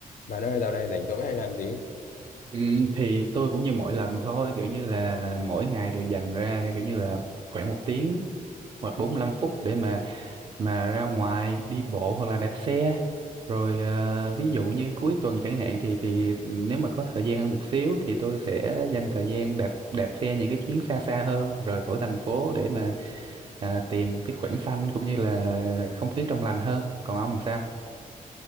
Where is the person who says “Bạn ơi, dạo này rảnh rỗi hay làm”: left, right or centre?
Left